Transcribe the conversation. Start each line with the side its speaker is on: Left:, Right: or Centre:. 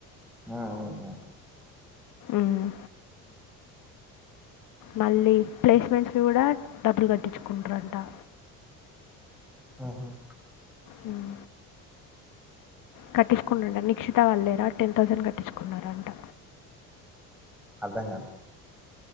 Centre: ఆ, ఆ, ఆ.
Left: మ్ మళ్ళీ ప్లేస్మెంట్స్ కూడా డబ్బులు కట్టించుకుంటారంటా
Centre: మ్మ్.
Left: మ్ కట్టించుకున్నంట నిక్షిత వాళ్ళలేరా టెన్ పర్సెంట్ కట్టించుకున్నారంట
Centre: అర్ధం కాలా